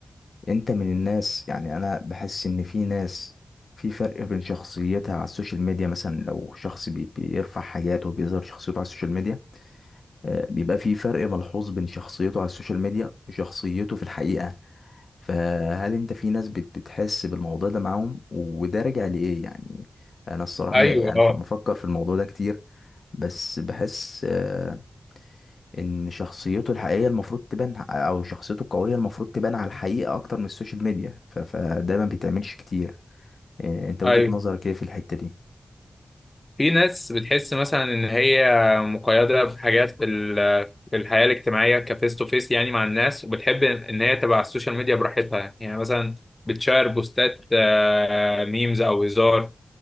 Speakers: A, on the left (about 65°); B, on the left (about 20°).
A: انت من الناس يعني انا بحس ان في ناس في فرق بين شخصيتها على السوشيال ميديا مثلا لو شخص بي- بيرفع حاجات وبيظهر شخصيته على السوشيال ميديا آه، بيبقى في فرق ملحوظ بين شخصيته على السوشيال ميديا وشخصيته في الحقيقة فهل انت في ناس بت- بتحس بالموضوع ده معاهم وده راجع لإيه يعني انا الصراحة
B: ايوه
A: م- يعني
B: اه
A: ف- بفكر في الموضوع ده كتير بس بحس آه، ان شخصيته الحقيقيه المفروض تبان او شخصيته القويه المفروض تبان على الحقيقه اكتر من السوشيال ميديا ف- فده ما بيتعملش كتير إيه، انت وجهه
B: ايوه
A: نظرك ايه في الحته دي
B: في ناس بتحس مثلا ان هي مقيده في حاجات في ال- في الحياه الاجتماعيه كفيس تو فيس يعني مع الناس وبتحب ان هي تبقى على السوشيال ميديا براحتها يعني مثلا بتشير بوستات ميمز او هزار